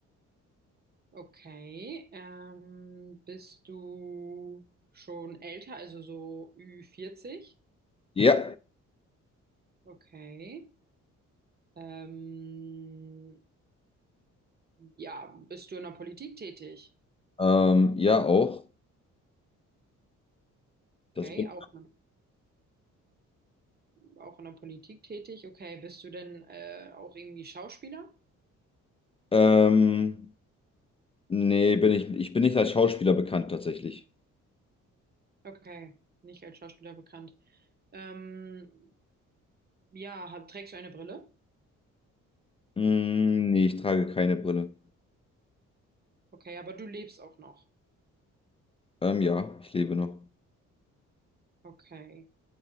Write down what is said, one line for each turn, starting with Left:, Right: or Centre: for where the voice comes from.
Right: Okay, ähm, bist du schon älter, also so Ü40?
Left: ja,
Right: Okay. Ähm, ja, bist du in der Politik tätig?
Left: ähm, ja auch.
Right: Okay,
Left: Das bin.
Right: auch, auch in der Politik tätig. Okay, bist du denn äh, auch irgendwie Schauspieler?
Left: Ähm, nee, bin ich. Ich bin nicht als Schauspieler bekannt tatsächlich.
Right: Okay, nicht als Schauspieler bekannt. Ähm, ja, hab, trägst du eine Brille?
Left: Mm, nee, ich trage keine Brille.
Right: Okay, aber du lebst auch noch.
Left: Ähm, ja, ich lebe noch.
Right: Okay.